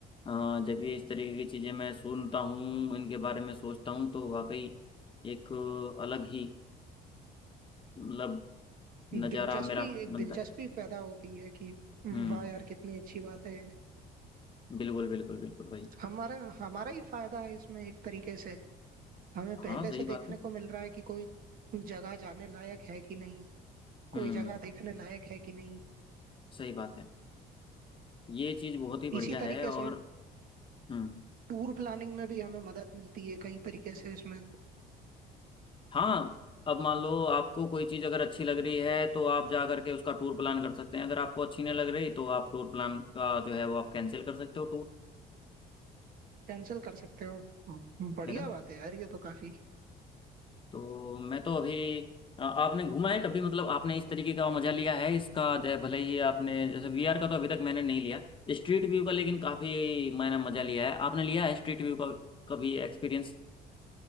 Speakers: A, on the left; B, on the right.
A: अ, जब ये इस तरीके की चीज़ें मैं सुनता हूँ इनके बारे में सोचता हूँ तो वाकई एक अलग ही मतलब नज़ारा
B: दिलचस्पी
A: मेरा
B: एक
A: बनता
B: दिलचस्पी
A: है
B: पैदा होती है कि
A: हम्म
B: वाह यार कितनी अच्छी बात है
A: बिल्कुल बिल्कुल बिल्कुल भाई
B: हमारा हमारा ही फायदा है इसमें एक तरीके से हमें
A: हाँ
B: पहले
A: सही
B: से देखने
A: बात है
B: को मिल रहा है कि कोई जगह जाने लायक है कि नहीं कोई
A: हम्म
B: जगह देखने लायक है कि नहीं
A: सही बात है ये चीज़ बहुत ही बढ़िया
B: इसी
A: है
B: तरीके
A: और
B: से
A: हम्म
B: टूर प्लानिंग में भी हमें मदद मिलती है कई तरीके से इसमें
A: हाँ अब मान लो आपको कोई चीज़ अगर अच्छी लग रही है तो आप जा करके उसका टूर प्लान कर सकते हैं अगर आपको अच्छी नहीं लग रही तो आप टूर प्लान का जो है वो आप कैंसिल कर सकते हो टूर
B: कैंसिल कर सकते हो बढ़िया
A: है ना
B: बात है यार ये तो काफी
A: तो मैं तो अभी अ, आपने घूमा है कभी मतलब आपने इस तरीके का मजा लिया है इसका जय भले ही आपने जैसे वीआर का तो अभी तक मैंने नहीं लिया स्ट्रीट व्यू का लेकिन काफी मैंने मजा लिया है आपने लिया है स्ट्रीट व्यू का कभी एक्सपीरियंस